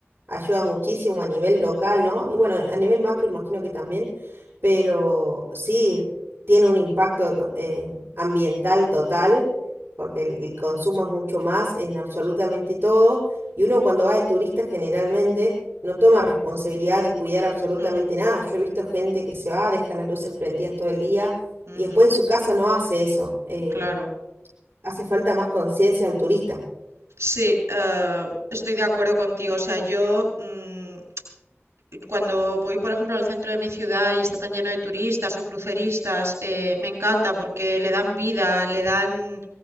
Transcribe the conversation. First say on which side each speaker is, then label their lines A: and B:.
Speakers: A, on the right; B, on the right.
A: ayuda muchísimo a nivel local, ¿no? Y bueno, a nivel macro imagino que también, pero sí, tiene un impacto eco- eh, ambiental total, porque el, el consumo es mucho más en absolutamente todo, y uno cuando va de turista generalmente no toma responsabilidad de cuidar absolutamente
B: Mm,
A: nada. Yo he visto gente que se va, deja las luces prendidas todo el día,
B: ujú,
A: y después en su casa no hace eso. em,
B: claro.
A: Hace falta más conciencia al turista.
B: Sí, eh, estoy de acuerdo contigo. O sea, yo... mm, cuando voy, por ejemplo, al centro de mi ciudad y está tan lleno de turistas o cruceristas, eh, me encanta porque le dan vida, le dan,